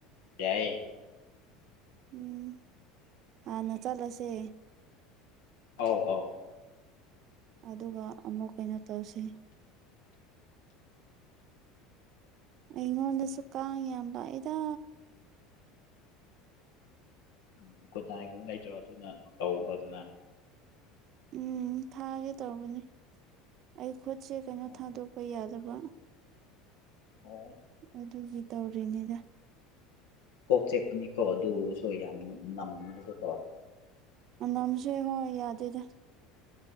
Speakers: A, on the left; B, on the right.
A: ꯌꯥꯏ
B: ꯎꯝ ꯍꯥꯟꯅ ꯆꯠꯂꯁꯦ
A: ꯑꯥꯎ ꯑꯥꯎ
B: ꯑꯗꯨꯒ ꯑꯃꯨꯛ ꯀꯩꯅꯣ ꯇꯧꯁꯤ ꯑꯩꯉꯣꯟꯗ ꯁꯨ ꯀꯥꯡ ꯌꯥꯝ ꯂꯑꯗꯥ
A: ꯎ ꯒꯨꯗꯥꯏꯒꯨꯝꯕ <inaudible> ꯂꯩꯇ꯭ꯔꯣ ꯑꯗꯨꯅ ꯇꯧꯈ꯭ꯔꯣꯗꯅ
B: ꯎꯝ ꯊꯥꯒꯦ ꯇꯧꯕꯅꯤ ꯑꯩ ꯈꯨꯠꯁꯦ ꯀꯩꯅꯣ
A: ꯑꯣ
B: ꯊꯥꯗꯣꯛꯄ ꯌꯥꯗꯕ ꯋꯥ
A: ꯑꯣ
B: ꯑꯗꯨꯒꯤ ꯇꯧꯔꯤꯅꯤꯗ
A: ꯀꯣꯛꯆꯦꯛꯅꯤꯀꯣ ꯑꯗꯨꯁꯨ ꯌꯥꯝꯅ ꯅꯝꯗꯁꯨꯀꯣ
B: ꯑꯝꯁꯦ ꯍꯣꯏ ꯌꯥꯗꯗ